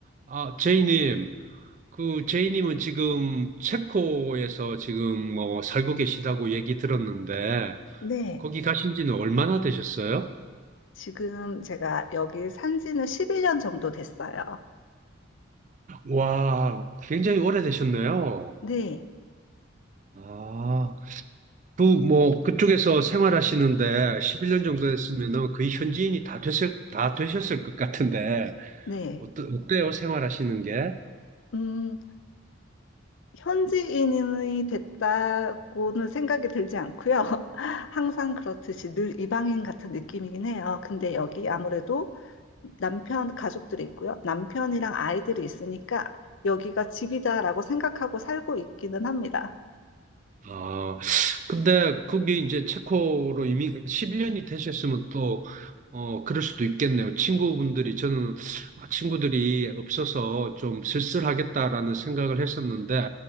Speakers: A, on the right; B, on the left.
A: 아, 제이님, 그 제이님은 지금 체코에서 지금 뭐 살고 계시다고 얘기 들었는데
B: 네,
A: 거기 가신 지는 얼마나 되셨어요?
B: 지금 제가 여기 산 지는 11년 정도 됐어요.
A: 와, 굉장히 오래되셨네요.
B: 네,
A: 아, 그 뭐 그쪽에서 생활하시는데 11년 정도 됐으면은 거의 현지인이 다 됐을 다 되셨을 것 같은데
B: 네.
A: 어떠, 어때요? 생활하시는 게?
B: 음, 현지인이 됐다고는 생각이 들지 않고요. <laughs> 항상 그렇듯이 늘 이방인 같은 느낌이긴 해요. 근데 여기 아무래도 남편, 가족들이 있고요. 남편이랑 아이들이 있으니까 여기가 집이다라고 생각하고 살고 있기는 합니다.
A: 아, 근데 그게 이제 체코로 이미 11년이 되셨으면 또, 어, 그럴 수도 있겠네요. 친구분들이, 저는 아, 친구들이 없어서 좀 쓸쓸하겠다라는 생각을 했었는데,